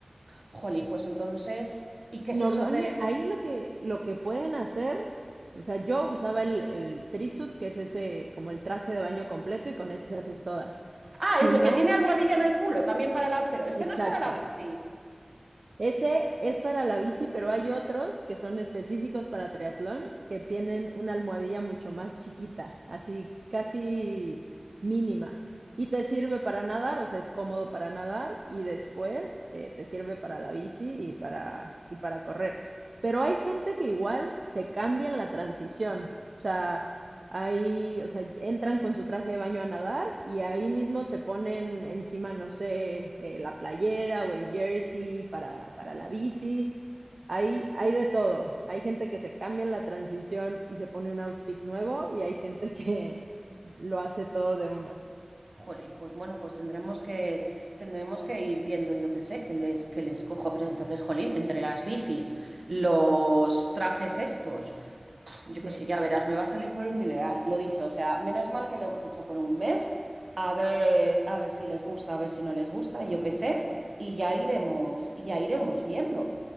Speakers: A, on the right; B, on the right.
A: Jolín, pues entonces, ¿y qué
B: Normalmente
A: es eso del...
B: ahí lo que, lo que pueden hacer, o sea, yo usaba el, el trisuit, que es ese como el traje de baño completo y con ese haces todas.
A: Ah,
B: Si
A: es el
B: no,
A: que tiene almohadilla en el culo, también para la... Pero ese
B: exacto.
A: no es para la bici.
B: Ese es para la bici, pero hay otros que son específicos para triatlón, que tienen una almohadilla mucho más chiquita, así casi mínima. Y te sirve para nadar, o sea, es cómodo para nadar y después eh, te sirve para la bici y para, y para correr. Pero hay gente que igual se cambia en la transición. O sea, Ahí, o sea, entran con su traje de baño a nadar y ahí
A: Ujú.
B: mismo se ponen encima, no sé, eh, la playera o el jersey para, para la bici. Hay, hay de todo. Hay gente que se cambia en la transición y se pone un outfit nuevo y hay gente que lo hace todo de una.
A: Jolín, pues bueno, pues tendremos que, tendremos que ir viendo, yo qué sé, que les, que les cojo. Pero entonces, jolín, entre las bicis, los trajes estos, yo
B: Sí,
A: qué sé, ya verás, me va a salir por un dineral. Lo dicho, o sea, menos mal que lo hemos hecho por un mes, a ver, a ver si les gusta, a ver si no les gusta, yo qué sé, y ya iremos, y ya iremos viendo.